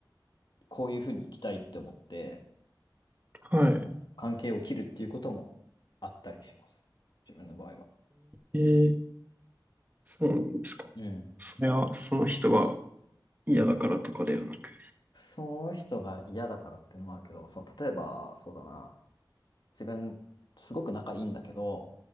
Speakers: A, on the left; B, on the right.
A: こういうふうに生きたいって思って、
B: はい。
A: あの、関係を切るっていうこともあったりします。自分の場合は。
B: ええそうなんですか。
A: うん。
B: それは、その人が嫌だからとかではなく。
A: その人が嫌だからっていうのもあるけど、その、例えば、そうだな。自分、すごく仲いいんだけど、